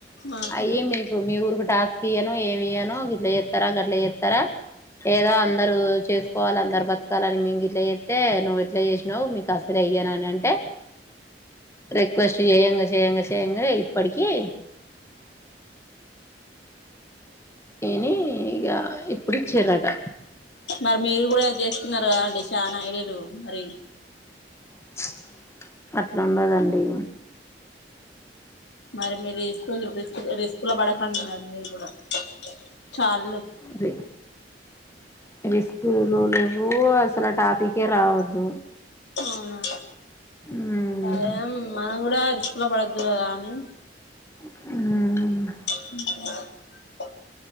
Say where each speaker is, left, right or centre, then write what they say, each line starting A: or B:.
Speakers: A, on the left; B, on the left.
A: ఆహా
B: అయ్యి మీకు మీ ఊరుకు టాస్క్ ఇయను ఏమి ఇయ్యాను గిట్ల చేత్తర గట్లా చేత్తర, ఏదో అందరు చేసుకోవాలి అందరు బతకాలని మేం గిట్ల చేత్తే నువ్వు ఇట్లా చేసినావు. మీకు అసలే ఇయ్యనని అంటే రిక్వెస్ట్ చెయ్యంగా చెయ్యంగా చెయ్యంగా ఇప్పటికి <inaudible> ఇని ఇగా ఇప్పుడిచ్చిరట
A: మరి మీరు కూడా చేస్తున్నారు కదండి చాలా ఐడి లు మరి
B: ప్చ్ అట్లుండదండి
A: మరి మీరు రిస్క్ రిస్క్ రిస్క్ లో పడకండి మరి మీరు కూడా చాల్లు
B: ఇది రిస్కులు లెవ్వు అసలు ఆ టాపిక్కే రావద్దు.
A: అవునా
B: ఉమ్
A: అదేం మనం కూడా రిస్క్ లో పడొద్దు కదా అని
B: మ్మ్
A: <inaudible>